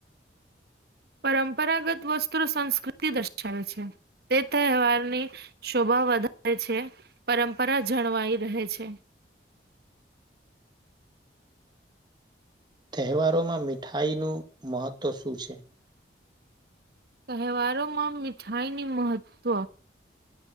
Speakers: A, on the right; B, on the right.
A: પરંપરાગત વસ્ત્રો સંસ્કૃતિ દર્શાવે છે. તે તહેવારની શોભા વધારે છે પરંપરા જળવાઈ રહે છે.
B: તહેવારોમાં મીઠાઈનું મહત્ત્વ શું છે?
A: તહેવારો માં મીઠાઈ ન મહત્ત્વ